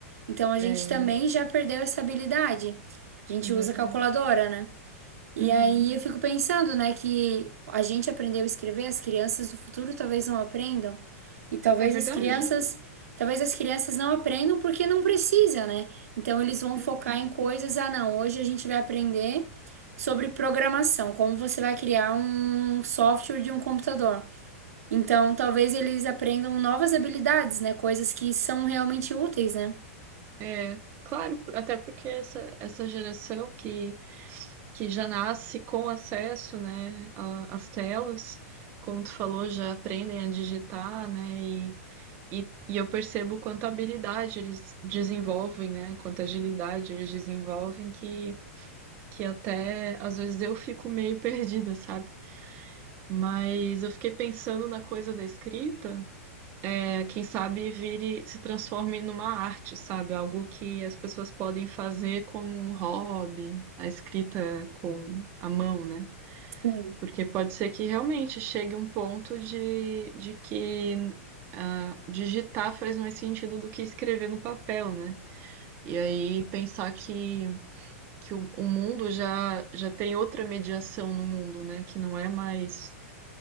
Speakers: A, on the right; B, on the right.
A: Então a gente
B: é,
A: também já perdeu essa habilidade. A gente
B: é verdade.
A: usa calculadora, né? E
B: Uhum.
A: aí eu fico pensando, né, que a gente aprendeu a escrever, as crianças do futuro talvez não aprendam. E talvez
B: É verdade.
A: as crianças, talvez as crianças não aprendam porque não precisa, né? Então eles vão
B: Uhum.
A: focar em coisas, ah, não, hoje a gente vai aprender sobre programação, como você vai criar um software de um computador. Então talvez eles aprendam novas habilidades, né, coisas que são realmente úteis, né?
B: É, claro, até porque essa, essa geração que, que já nasce com acesso, né, a- às telas, como tu falou, já aprendem a digitar, né, e, e, e eu percebo quanta habilidade eles desenvolvem, né, quanta agilidade eles desenvolvem, que, que até às vezes eu fico meio <laughs> perdida, sabe? Mas eu fiquei pensando na coisa da escrita. É, Quem sabe vire, se transforme numa arte, sabe? Algo que as pessoas podem fazer como um hobby, a escrita com a mão, né?
A: Sim,
B: Porque pode ser que realmente chegue um ponto de, de que ah, digitar faz mais sentido do que escrever no papel, né? E aí pensar que, que o, o mundo já, já tem outra mediação no mundo, né? Que não é mais